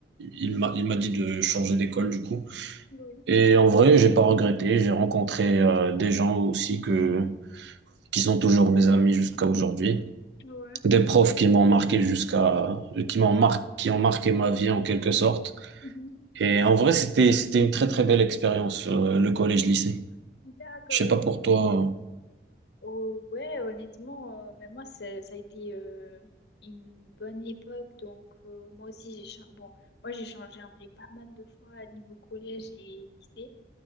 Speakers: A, on the right; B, on the left.
A: il m'a il m'a dit de changer d'école du coup.
B: oui,
A: Et en vrai, j'ai pas regretté. J'ai rencontré euh, des gens aussi que qui sont toujours mes amis jusqu'à aujourd'hui
B: ouais.
A: des profs qui m'ont marqué jusqu'à, qui m'ont mar- qui ont marqué ma vie en quelque sorte.
B: Mhm.
A: Et en vrai, c'était, c'était une très très belle expérience, euh, le collège-lycée.
B: D'accord.
A: Je sais pas pour toi.
B: Oh, ouais, honnêtement, euh, mais moi, c'est- ça a été euh, une bonne époque. Donc, euh, moi aussi, j'ai cha- bon, moi, j'ai changé en vrai pas mal de fois à niveau collège et lycée.